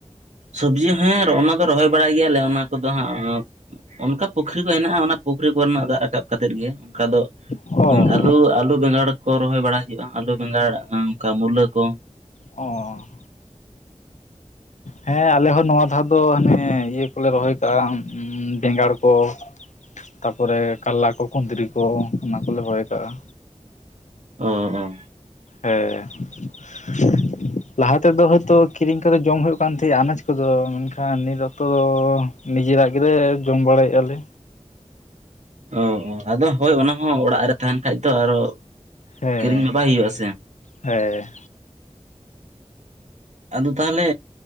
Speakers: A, on the right; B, on the left.
A: ᱥᱚᱵᱽᱡᱤ ᱦᱮᱸ ᱚᱱᱟ ᱫᱚ ᱨᱚᱦᱚᱭ ᱵᱟᱲᱟᱭ ᱜᱮᱭᱟ ᱞᱮ ᱚᱱᱟ ᱠᱚᱫᱚ ᱦᱟᱸᱜ᱾ ᱚᱸᱠ ᱚᱱᱠᱟ ᱯᱩᱠᱷᱨᱤ ᱠᱚ ᱦᱮᱱᱟᱜᱼᱟ᱾ ᱚᱱᱟ ᱯᱩᱠᱷᱨᱤ ᱠᱚ ᱨᱮᱱᱟᱜ ᱫᱟᱜ ᱨᱟᱠᱟᱵ ᱠᱟᱛᱮᱫ ᱜᱮ ᱚᱱᱠᱟ ᱫᱚ
B: ᱚ
A: <unintelligible> ᱟᱹᱞᱩ ᱟᱹᱞᱩ, ᱵᱮᱸᱜᱟᱲ ᱠᱚ ᱨᱚᱦᱚᱭ ᱵᱟᱲᱟᱭ ᱦᱩᱭᱩᱜᱼᱟ ᱟᱹᱞᱩ, ᱵᱮᱸᱜᱟᱲ, ᱚᱱᱠᱟ ᱢᱩᱞᱟᱹ ᱠᱚ ᱾
B: ᱚᱸ ᱦᱮᱸ ᱟᱞᱮ ᱦᱚᱸ ᱱᱚᱣᱟ ᱫᱷᱟᱣ ᱫᱚ ᱦᱟᱱᱮ ᱤᱭᱟᱹ ᱠᱚᱞᱮ ᱨᱚᱦᱚᱭ ᱠᱟᱜᱼᱟ ᱵᱮᱸᱜᱟᱲ ᱠᱚ᱾ ᱛᱟᱯᱚᱨᱮ ᱠᱟᱞᱞᱟ ᱠᱚ ᱠᱩᱸᱫᱽᱨᱤ ᱠᱚ ᱚᱱᱟ ᱠᱚᱞᱮ ᱨᱚᱦᱚᱭ ᱟᱠᱟᱜᱼᱟ᱾
A: ᱚᱸ ᱚᱸ
B: ᱦᱮᱸ <inaudible> ᱞᱟᱦᱟ ᱛᱮᱫᱚ ᱦᱳᱭ ᱛᱚ ᱠᱤᱨᱤᱧ ᱠᱟᱛᱮᱫ ᱡᱚᱢ ᱦᱳᱭᱳᱜ ᱠᱟᱱ ᱛᱟᱦᱮᱜ-ᱟ ᱟᱱᱟᱡ ᱠᱚᱫᱚ, ᱢᱮᱱ ᱠᱷᱟᱱ ᱱᱤᱛ ᱚᱠᱛᱚ ᱫᱚ ᱱᱤᱡᱮᱨᱟᱜ ᱜᱮᱞᱮ ᱡᱚᱢ ᱵᱟᱲᱟᱭ ᱮᱜᱼᱟ ᱞᱮ᱾
A: ᱚ ᱚ ᱟᱫᱚ ᱦᱳᱭ ᱚᱱᱟ ᱦᱚᱸ ᱚᱲᱟᱜ ᱨᱮ ᱛᱟᱦᱮᱱ ᱠᱷᱟᱡ ᱛᱚ ᱟᱨᱚ,
B: ᱦᱮᱸ
A: ᱠᱤᱨᱤᱧ ᱢᱟ ᱵᱟᱭ ᱦᱩᱭᱩᱜᱼᱟ ᱥᱮ᱾
B: ᱦᱮᱸ
A: ᱟᱫᱚ ᱛᱟᱦᱚᱞᱮ